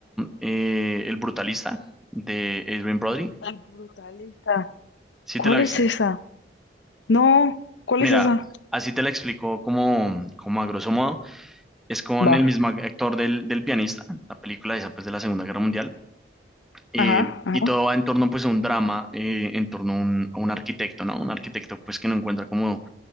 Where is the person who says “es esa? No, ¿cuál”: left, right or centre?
Left